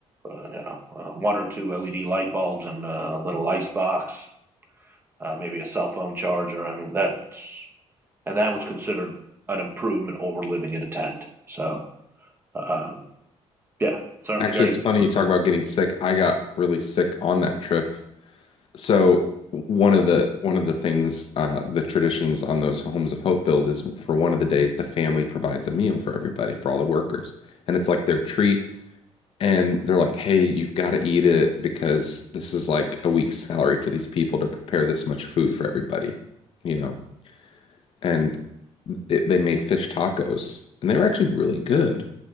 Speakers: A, on the right (about 20°); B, on the left (about 55°).
A: uh, you know uh, one or two LED light bulbs and a little ice box, uh, maybe a cell phone charger. I mean that, and that was considered an improvement over living in a tent. So um, yeah, certainly
B: Actually,
A: very
B: it's
A: different
B: funny you talk
A: from.
B: about getting sick. I got really sick on that trip. So one of the one of the things uh, the traditions on those Homes of Hope build is for one of the days the family provides a meal for everybody, for all the workers. And it's like their treat And they're like, hey, you've got to eat it because this is like a week's salary for these people to prepare this much food for everybody, you know? And they, they made fish tacos and they were actually really good.